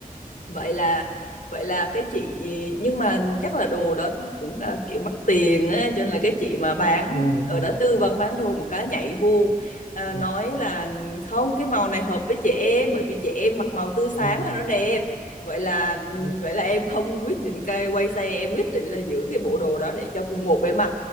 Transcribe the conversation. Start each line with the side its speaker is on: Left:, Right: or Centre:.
Left: vậy là vậy là cái chị nhưng mà chắc là đồ đó nó cũng là kiểu mắc tiền á cho nên là cái chị mà bán
Right: ừ
Left: ở
Right: ừ
Left: đó tư vấn bán đồ một cái nhảy vô à,
Right: ừ
Left: nói là không cái màu này hợp với trẻ em bởi vì trẻ em mặc màu tươi sáng
Right: ừ
Left: là nó đẹp vậy là
Right: ừ.
Left: vậy là em không quyết định cái quay xe em quyết định là giữ cái bộ đồ đó để cho mùng một em mặc